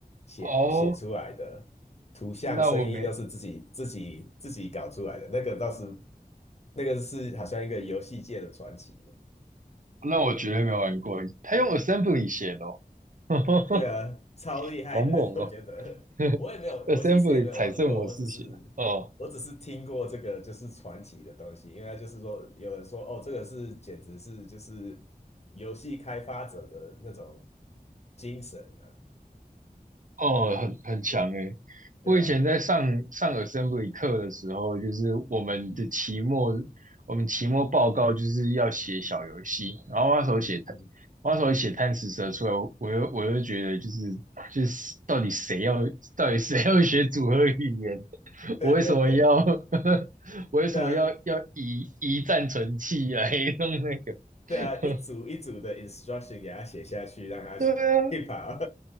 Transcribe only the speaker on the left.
写写出来的图像、
声音都是自己自己自己搞出来的。那个倒是，那个是好像一个游戏界的传奇。
对啊，超厉害的，
<laughs> 我觉得。我也没有，
我其实也没有玩过，
我只是我只是听过这个就是传奇的东西，因为它就是说有人说哦，这个是简直是就是游戏开发者的那种精神啊。
对啊，
嗯嗯，
对对对，
对啊，<laughs> 对啊，
一组一组的 instruction 给他写下去，让他去
<laughs> 跑。